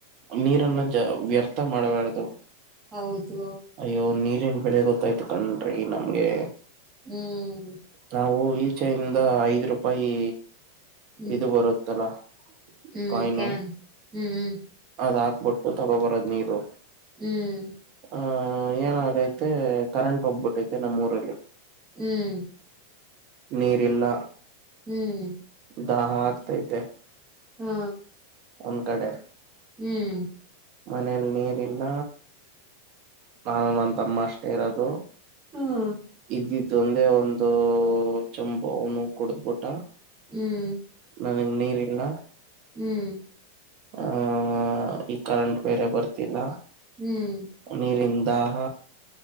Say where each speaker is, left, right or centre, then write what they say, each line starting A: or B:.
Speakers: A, on the right; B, on the right.
A: ನೀರನ್ನ ಜ ವ್ಯರ್ಥ ಮಾಡಬಾರದು
B: ಹೌದು
A: ಇವು ನೀರಿನ ಬೆಲೆ ಗೊತ್ತಾಯ್ತು ಕಣ್ರಿ ನಮ್ಗೆ
B: ಹ್ಮ್
A: ನಾವು ಈಚೆಯಿಂದ ಐದ್ ರೂಪಾಯಿ
B: ಹ್ಮ್
A: ಇದು ಬರುತ್ತಲ್ಲ
B: ಹ್ಮ್
A: ಕಾಯಿನು
B: ಕ್ಯಾನ್ ಹ್ಮ್ ಹ್ಮ್
A: ಅದ್ ಹಾಕ್ಬಿಟ್ಟು ತಗೋಬರದ್ ನೀರು
B: ಹ್ಮ್
A: ಆಹ ಏನಾಗೈತೆ ಕರೆಂಟ್ ಹೋಗಬಿಟ್ಟೈತೆ ನಮ್ಮ್ ಊರಲ್ಲಿ
B: ಹ್ಮ್
A: ನೀರಿಲ್ಲ
B: ಹ್ಮ್
A: ದಾಹ ಆಗ್ತೈತೆ
B: ಹಾ
A: ಒನ್ ಕಡೆ
B: ಹ್ಮ್
A: ಮನೇಲಿ ನೀರ್ ಇಲ್ಲ ನಾನು ನ ತಮ್ಮ ಅಷ್ಟೇ ಇರೋದು
B: ಹ್ಮ್
A: ಇದಿದ್ದು ಒಂದೇ ಒಂದು ಚಂಬು ಅವನು ಕುಡ್ದ್ಬಿಟ್ಟ
B: ಹ್ಮ್
A: ನನಗ್ ನೀರಿಲ್ಲ
B: ಹ್ಮ್
A: ಹ ಈ ಕರೆಂಟ್ ಬೇರೆ ಬರ್ತಿಲ್ಲ
B: ಹ್ಮ್
A: ನೀರಿನ ದಾಹ